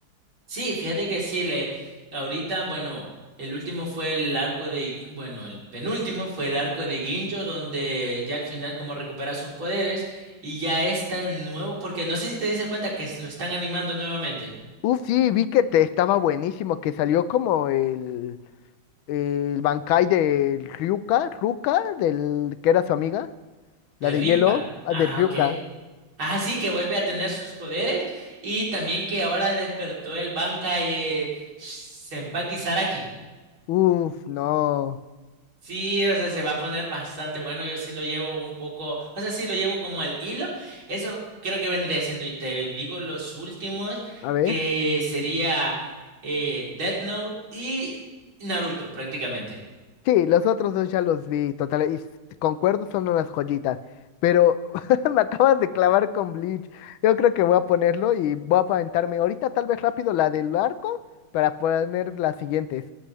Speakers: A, on the right; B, on the left.
A: Sí, fíjate que sí, le ahorita, bueno, el último fue el arco de, bueno, el penúltimo fue el arco de Ginjo, donde ya al final como recupera sus poderes y ya está nuevo, porque no sé si te diste cuenta que es- lo están animando nuevamente.
B: Uf, sí, vi que te estaba buenísimo, que salió como el... el Bankai de Ryuka, Ruka, del que era su amiga,
A: De
B: la de
A: Ryuka.
B: hielo, ah,
A: Ajá,
B: de Ryuka.
A: ok. Ajá, sí, que vuelve a tener sus poderes y también que ahora despertó el Bankai eh, Senpaki Saraki.
B: Uf, no.
A: Sí, o sea, se va a poner bastante bueno. Yo sí lo llevo un poco, o sea, sí lo llevo como al hilo. Eso creo que vendría siendo. Y te digo los últimos,
B: A ver.
A: que sería eh, Death Note y Naruto, prácticamente.
B: Sí, los otros dos ya los vi, total, y s- concuerdo, son unas joyitas. Pero <laughs> me acabas de clavar con Bleach. Yo creo que voy a ponerlo y voy a aventarme ahorita tal vez rápido la del arco para poner las siguientes.